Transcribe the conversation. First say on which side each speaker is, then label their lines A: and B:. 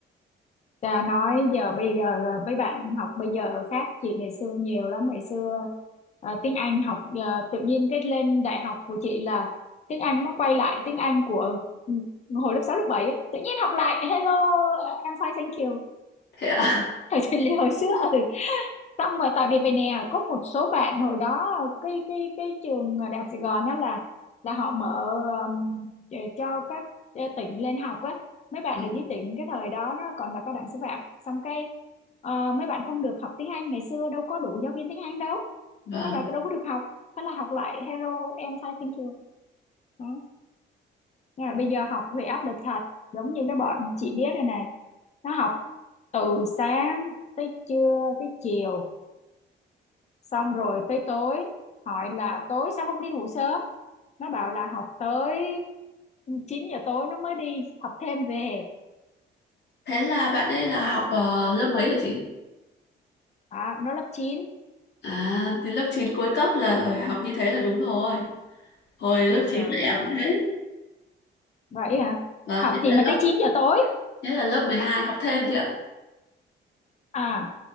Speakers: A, on the left; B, on the left.
A: à, nói giờ bây giờ à, mấy bạn học bây giờ khác chị ngày xưa nhiều lắm ngày xưa à, tiếng Anh học à, tự nhiên cái lên đại học của chị là tiếng Anh nó quay lại tiếng Anh của ừ, hồi lớp 6 lớp 7 á. tự nhiên học lại hello I'm fine thank you
B: thế ạ.
A: thời chị <laughs> Lê hồi xưa ừ xong rồi tại vì vậy nè có một số bạn hồi đó cái cái cái trường đại học Sài Gòn đó là là họ mở um, để cho các ờ, tỉnh lên học á mấy bạn
B: Vâng,
A: ở dưới tỉnh cái thời đó nó còn là cao đẳng sư phạm xong cái ờ, mấy bạn không được học tiếng Anh ngày xưa đâu có đủ giáo viên tiếng Anh đâu
B: vâng.
A: thế là đâu có được học thế là học lại hero em sai thank you đó nhưng mà bây giờ học về áp lực thật giống như cái bọn chị biết rồi này nó học từ sáng tới trưa tới chiều xong rồi tới tối hỏi là tối sao không đi ngủ sớm nó bảo là học tới 9 giờ tối nó mới đi học thêm về
B: Thế là bạn ấy là học ờ, lớp mấy hả chị?
A: à, nó lớp chín
B: À, thì lớp 9 cuối cấp là học như thế là đúng rồi. Hồi lớp
A: ui
B: 9
A: giời
B: em cũng
A: ơi
B: thế.
A: vậy hả
B: Vâng,
A: học
B: nhất
A: gì
B: là
A: mà
B: lớp
A: tới chín giờ tối
B: nhất là lớp 12 học thêm chứ
A: à